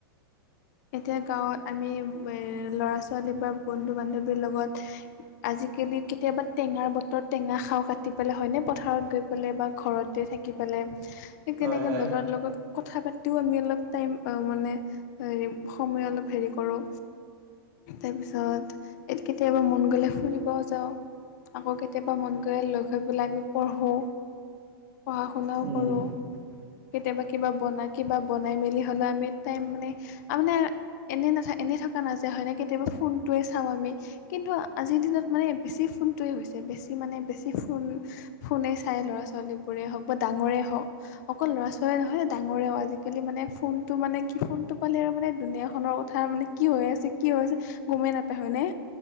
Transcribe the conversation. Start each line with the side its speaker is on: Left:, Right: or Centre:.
Left: এতিয়া গাঁৱত আমি এ ল'ৰা-ছোৱালী বা বন্ধু-বান্ধৱীৰ লগত - আজিকালি কেতিয়াবা টেঙাৰ বতৰ, টেঙা খাওঁ কাটি পেলাই হয়নে পথাৰত গৈ পেলাই বা ঘৰত তে থাকি পেলাই ঠিক তেনেকে
Right: হয় হয়
Left: লগৰ লগত কথা পাতিও আমি অলপ টাইম পাওঁ মানে হেই সময় অলপ হেৰি কৰোঁ। তাৰপিছত এ কেতিয়াবা মন গ'লে ফুৰিব যাওঁ। আকৌ কেতিয়াবা মন গগলে লগ হৈ পেলাই আমি পঢ়ো। পঢ়া - শুনাও
Right: উম
Left: কৰোঁ। কেতিয়াবা কিবা বনা কিবা বনাই মেলি হ'লেও আমি টাইম মানে আৰু মানে এনেই নাথা এনেই থাকা নাযায় হয়নে কেতিয়াবা ফোনটোৱে চাওঁ আমি কিন্তু আজিৰ দিনত মানে বেছি ফোনটোৱে হৈছে বেছি মানে বেছি ফোন ফোনে চাই ল'ৰা-ছোৱালীবোৰে হওঁক বা ডাঙৰে হওক। অকল ল'ৰা-ছোৱালীয়ে নহয়, ডাঙৰেও আজিকালি মানে ফোনটো মানে কি ফোনটো পালে আৰু মানে দুুনীয়াখনৰ কথা মানে কি হৈ আছে কি হৈ আছে গমেই নাপায় হয়নে?